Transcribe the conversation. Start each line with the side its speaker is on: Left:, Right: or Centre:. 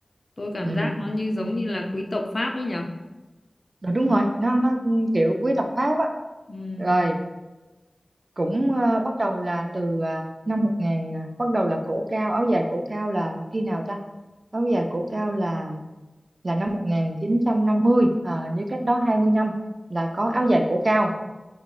Left: tôi cảm
Right: ừ
Left: giác nó như giống
Right: Ừ,
Left: như là quý tộc Pháp ấy nhở
Right: đúng rồi nó nó ừ, kiểu quý tộc Pháp á
Left: ừ.
Right: rồi cũng ờ, bắt đầu là từ à, năm 1000 à, bắt đầu là cổ cao áo dài cổ cao là khi nào ta áo dài cổ cao là là năm 1950 à, như cách đó 20 năm là có áo dài cổ cao